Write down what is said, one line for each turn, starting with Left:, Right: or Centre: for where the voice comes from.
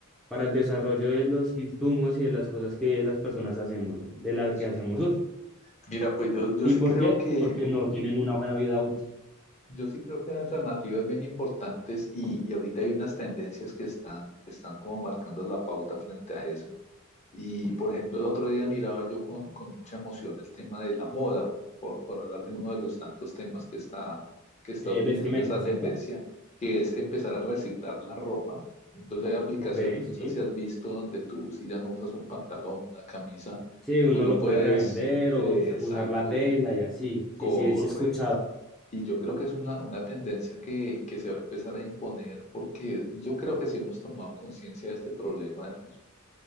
Centre: para
Left: Eso
Centre: el desarrollo
Left: es un mundo,
Centre: de los insumos y de las cosas que las personas hacemos, de las
Left: es
Centre: que
Left: un
Centre: hacemos
Left: mundo.
Centre: uso.
Left: Mira, pues yo, yo
Centre: ¿Y
Left: sí
Centre: por
Left: creo
Centre: Claro.
Left: que,
Centre: qué? Porque no tienen una buena vida útil.
Left: Yo sí creo que hay alternativas bien importantes y, y ahorita hay unas tendencias que están, que están como marcando la pauta frente a eso. Y por ejemplo, el otro día miraba yo con, con mucha emoción el tema de la moda, por, por hablar de uno de los tantos temas que está, que está
Centre: Eh,
Left: utilizando
Centre: vestimenta,
Left: esa
Centre: ¿cierto?
Left: tendencia, que es empezar a reciclar la ropa. Incluso hay aplicaciones,
Centre: Ok, sí.
Left: no sé si has visto, donde tú si ya no usas un pantalón, una camisa,
Centre: Sí, uno
Left: tú lo
Centre: lo
Left: puedes,
Centre: puede revender
Left: eh,
Centre: o se
Left: exacto,
Centre: puede usar la tela y así. Sí,
Left: correcto
Centre: sí, sí he escuchado.
Left: y yo creo que es una, una tendencia que, que se va a empezar a imponer porque yo creo que sí hemos tomado conciencia de este problema del consumo